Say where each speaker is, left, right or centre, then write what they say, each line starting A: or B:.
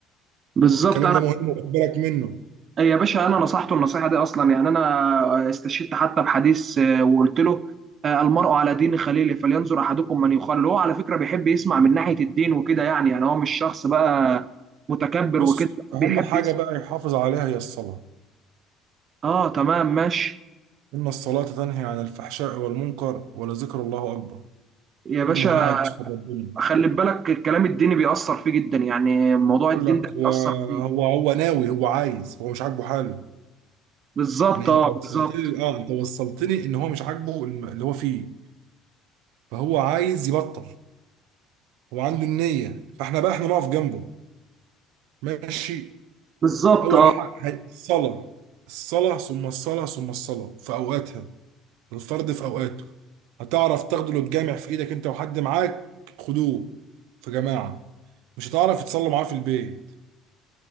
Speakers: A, on the right; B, on the right.
A: بالظبط
B: الكلام
A: انا
B: ده مهم وخد بالك منه
A: يا باشا انا نصحته النصيحه دي اصلا يعني انا استشهدت حتى بحديث آه، وقلت له آه، المرء على دين خليله فلينظر احدكم من يخلل هو على فكره بيحب يسمع من ناحيه الدين وكده يعني يعني هو مش شخص بقى متكبر
B: بص
A: وكده بيحب
B: أهم حاجة
A: يسمع
B: بقى يحافظ عليها هي الصلاة
A: اه تمام ماشي
B: إن الصلاة تنهي عن الفحشاء والمنكر ولذكر الله أكبر
A: يا باشا
B: طول ما هو قاعد يذكر ربنا
A: خلي بالك الكلام الديني بيأثر فيه جدا يعني موضوع
B: يقول
A: الدين
B: لك
A: ده
B: هو
A: بيأثر فيه
B: هو هو ناوي هو عايز هو مش عاجبه حاله
A: بالظبط
B: يعني
A: اه
B: أنت وصلتني
A: بالظبط
B: أه أنت وصلتني إن هو مش عاجبه الم- اللي هو فيه فهو عايز يبطل هو عنده النية فإحنا بقى إحنا نقف جنبه ماشي
A: بالظبط
B: أول
A: اه
B: حق هي- الصلاة الصلاة ثم الصلاة ثم الصلاة في أوقاتها الفرد في أوقاته هتعرف تاخده لو تجامع في إيدك أنت وحد معاك خدوه في جماعة مش هتعرف تصلوا معاه في البيت